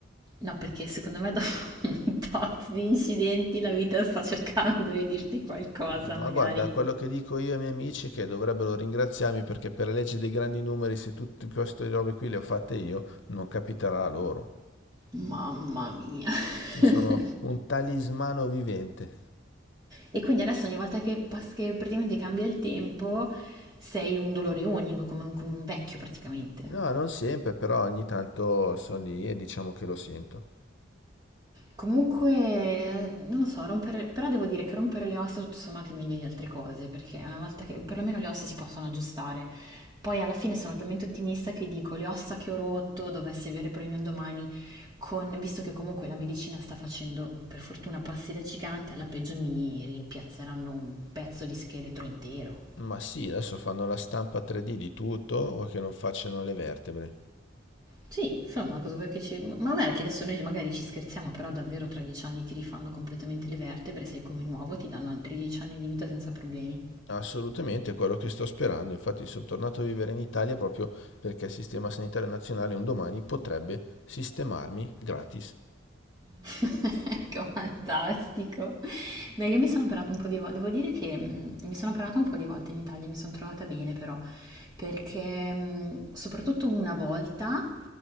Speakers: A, on the right (about 20°); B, on the left (about 65°).
A: No, perché secondo me dopo <laughs> un tot di incidenti la vita sta cercando di dirti qualcosa,
B: ma
A: magari.
B: guarda, quello che dico io ai miei amici è che dovrebbero ringraziarmi perché per la legge dei grandi numeri, se tutte queste robe qui le ho fatte io, non capiterà a loro.
A: Mamma mia.
B: Io
A: <laughs>
B: sono un talismano vivente.
A: E quindi adesso ogni volta che, pas- che praticamente cambia il tempo sei un dolore unico, come un, come un vecchio praticamente.
B: No, non sempre, però ogni tanto sono lì e diciamo che lo sento.
A: Comunque, eh, non lo so, rompere, però devo dire che rompere le ossa tutto sommato è meglio di altre cose, perché una volta che perlomeno le ossa si possono aggiustare. Poi alla fine sono talmente ottimista che dico le ossa che ho rotto, dovessi avere problemi un domani, con- visto che comunque la medicina sta facendo per fortuna passi da gigante, alla peggio mi rimpiazzeranno un pezzo di scheletro intero.
B: Ma sì, adesso fanno la stampa 3D di tutto, o che non facciano le vertebre.
A: Sì, insomma, cosa vuoi che ci... Ma guarda che adesso noi magari ci scherziamo, però davvero tra dieci anni ti rifanno completamente le vertebre, sei come nuovo, ti danno altri dieci anni di vita senza problemi.
B: Assolutamente, è quello che sto sperando. Infatti sono tornato a vivere in Italia proprio perché il Sistema Sanitario Nazionale un domani potrebbe sistemarmi gratis.
A: <laughs> Ecco, fantastico. Beh, io mi sono operata un po' di volte, devo dire che mh, mi sono operata un po' di volte in Italia, mi sono trovata bene però, perché mh, soprattutto una volta